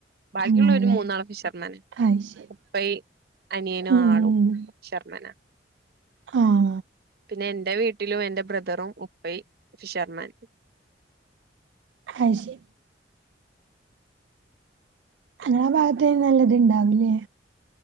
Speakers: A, on the right (about 55°); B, on the right (about 75°).
A: ബാക്കിയുള്ള
B: അങ്ങനെല്ലേ
A: ഒരു മൂന്നാള് ഫിഷർമാൻ
B: അത് ശരി
A: ഇപ്പയീ അനിയനും
B: ഉം
A: ആളും ഫിഷർമാനാ
B: ആഹ്
A: പിന്നെ എന്റെ വീട്ടിലും എൻറെ ബ്രദറും ഉപ്പൈ ഫിഷർമാൻ
B: അയ്ശരി അങ്ങനെ ആ ഭാഗത്ത നല്ലത് ഇണ്ടാവില്ലേ